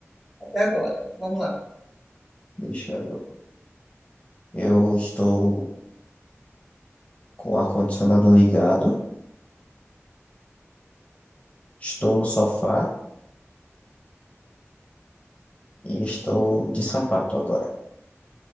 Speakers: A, in the centre; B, on the left.
A: até agora. Vamos lá.
B: Deixa eu. Eu estou com o ar-condicionado ligado, estou no sofá e estou de sapato agora.